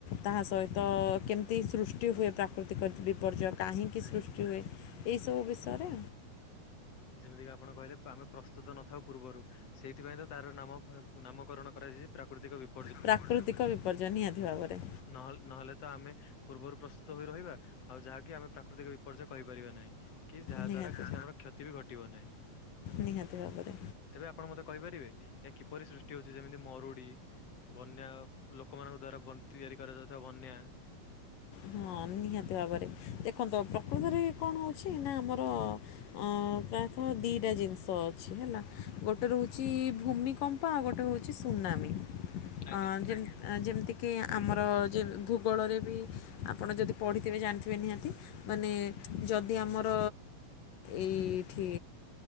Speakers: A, on the left; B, on the left.
A: ତାହା ସହିତ କେମିତି ସୃଷ୍ଟି ହୁଏ, ପ୍ରାକୃତିକ ବିପର୍ଯ୍ୟୟ କାହିଁକି
B: ଆଜ୍ଞା
A: ସୃଷ୍ଟି ହୁଏ, ଏହିସବୁ ବିଷୟରେ
B: ଯେମିତିକି ଆପଣ କହିଲେ, ପାଁ ଆମେ ପ୍ରସ୍ତୁତ ନଥାଉ ପୂର୍ବରୁ ସେଇଥିପାଇଁ ତ, ତାର ନାମ ନାମକରଣ କରାଯାଇଛି ପ୍ରାକୃତିକ ବି
A: ପ୍ରାକୃତିକ ବିପର୍ଯ୍ୟୟ, ନିହାତି ଭାବରେ।
B: ନହଲ ନହେଲେ ତ ଆମେ ପୂର୍ବରୁ ପ୍ରସ୍ତୁତ ହୋଇ ରହିବା, ଆଉ ଯାହାକି ଆମେ ପ୍ରାକୃତିକ ବିପର୍ଯ୍ୟୟ କରିପାରିବା ନାହିଁ। କି, ଯାହା
A: ନିହାତି
B: ଦ୍ଵାରା କିଛି ଆମର କ୍ଷତି ବି ଘଟିବ ନାହିଁ।
A: ନିହାତି ଭାବରେ
B: ତେବେ ଆପଣ ମତେ କହିପାରିବେ, ଏ କିପରି ସୃଷ୍ଟି ହଉଛି ଯେମିତି ମରୁଡି ବନ୍ୟା ଲୋକମାନଙ୍କ ଦ୍ଵାରା ବ ତିଆରି କରାଯାଉଥିବା ବନ୍ୟା
A: ହଁ ନିହାତି ଭାବରେ, ଦେଖନ୍ତୁ ପ୍ରକୃତରେ କଣ ହେଉଛି ନା ଆମର ଅଁ ପ୍ରାୟତଃ ଦିଟା ଜିନିଷ ଅଛି ହେଲା, ଗୋଟେ ରହୁଛି ଭୂମି କ ମ୍ପ, ଆଉ ଗୋଟେ ହଉଛି ସୁନାମି।
B: ଆଜ୍ଞା
A: ଅଁ ଯେମ ଯେମିତିକି ଆମର ଯେ ଭୂଗୋଳରେ ବି ଆପଣ ଯଦି ପଢ଼ିଥିବେ ଜାଣିଥିବେ ନିହାତି, ମାନେ ଯଦି ଆମର ଏଇଠି